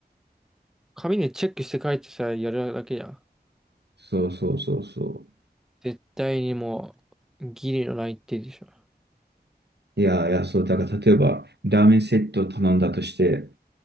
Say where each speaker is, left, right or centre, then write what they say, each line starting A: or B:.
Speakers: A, in the centre; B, on the right.
A: 紙でチェックして書いてさ、やるだけじゃん。
B: そうそうそうそ
A: 絶対にもう、ギリのないってでしょ。
B: う。いや、いや、そう、だから例えば、ラーメンセットを頼んだとして、